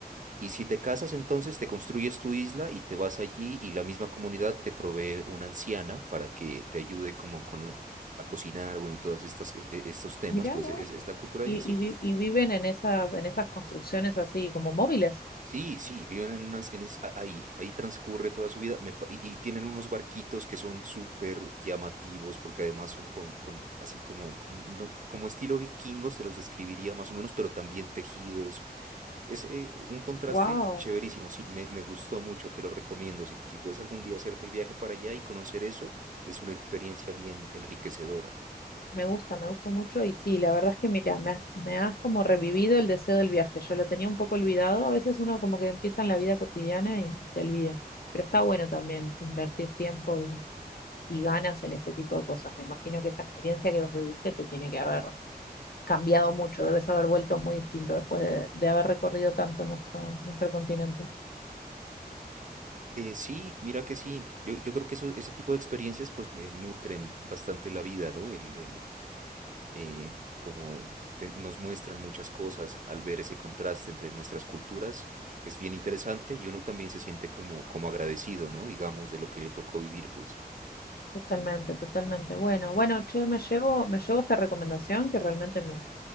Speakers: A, on the right; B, on the left.
A: Y si te casas, entonces te construyes tu isla y te vas allí y la misma comunidad te provee una anciana para que te ayude como con la- a cocinar, bueno, y todas estas, e- e- estos temas,
B: mirá
A: pues
B: vos.
A: es, es la cultura
B: Y,
A: de ellas. Sí,
B: y vi- y viven en esas, en esas construcciones así como móviles.
A: Sí, sí, viven en unas, en es- a- ahí, ahí transcurre toda su vida me pa- y, y tienen unos barquitos que son súper llamativos porque además son con, con así como, con- no- como estilo vikingos, te los describiría más o menos, pero también tejidos. Es eh, un contraste
B: Wow.
A: chéverísimo, sí, me, me gustó mucho, te lo recomiendo. Si, si puedes algún día hacerte el viaje para allá y conocer eso, es una experiencia bien enriquecedora.
B: Me gusta, me gusta mucho y sí, la verdad es que mira, me has, me has como revivido el deseo del viaje. Yo lo tenía un poco olvidado. A veces uno como que empieza en la vida cotidiana y te olvida. Pero está bueno también invertir tiempo y, y ganas en ese tipo de cosas. Me imagino que esa experiencia que vos viviste te tiene que haber cambiado mucho. Debes haber vuelto muy distinto después de, de haber recorrido tanto nuestro, nuestro continente.
A: Eh, sí, mira que sí. Yo, yo creo que eso, ese tipo de experiencias pues eh, nutren bastante la vida, ¿no? El, el, eh, como te- nos muestran muchas cosas al ver ese contraste entre nuestras culturas, es bien interesante y uno también se siente como, como agradecido, ¿no? Digamos, de lo que le tocó vivir, pues.
B: Totalmente, totalmente. Bueno, bueno, che, me llevo, me llevo esta recomendación que realmente me